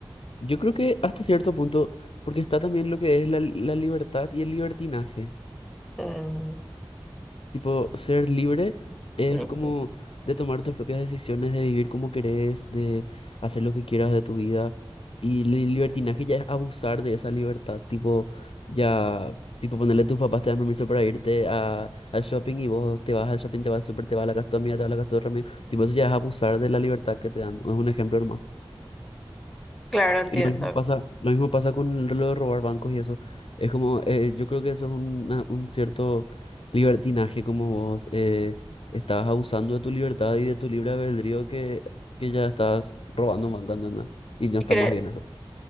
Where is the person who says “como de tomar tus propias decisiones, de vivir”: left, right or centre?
Left